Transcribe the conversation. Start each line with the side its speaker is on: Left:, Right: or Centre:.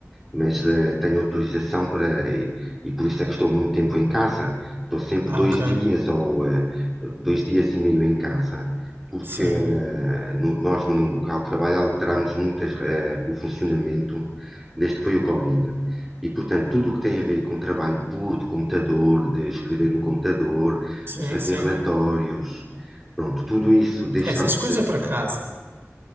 Centre: mas eh, tenho autorização para, e, e por isso é que estou muito tempo em casa. Estou sempre
Right: Ah,
Centre: dois
Right: ok.
Centre: dias ou eh, dois dias e meio em casa, porque
Right: Sim,
Centre: eh, no- nós no local de trabalho alterámos muito as re- o funcionamento desde que foi o Covid. E, portanto, tudo o que tem a ver com trabalho puro de computador, de escrever no computador,
Right: sim,
Centre: de fazer
Right: sim.
Centre: relatórios, pronto, tudo isso deixámos
Right: Essas coisas
Centre: de
Right: é para casa.